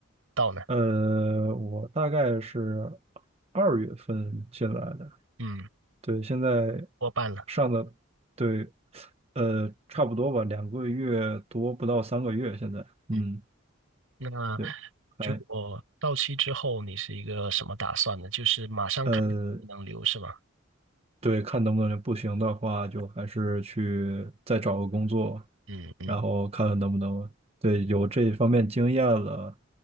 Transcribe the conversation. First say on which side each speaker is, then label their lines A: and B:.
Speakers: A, on the right; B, on the right.
A: 到呢？
B: 呃，我大概是二月份进来的，
A: 嗯。
B: 对，现在
A: 过半了，
B: 上的，对，呃，差不多吧，两个月多，不到三个月，现在，嗯，
A: 嗯，那
B: 对，还，
A: 如果到期之后，你是一个什么打算呢？就是马上看能留是吗？
B: 呃，对，看能不能不行的话，就还是去再找个工作，
A: 嗯嗯，
B: 然后看看能不能，对，有这方面经验了，